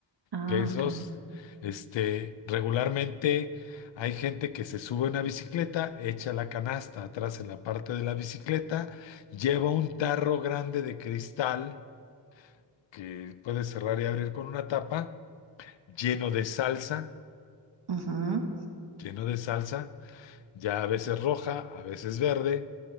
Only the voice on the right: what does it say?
Ah,
okay.
Ujú.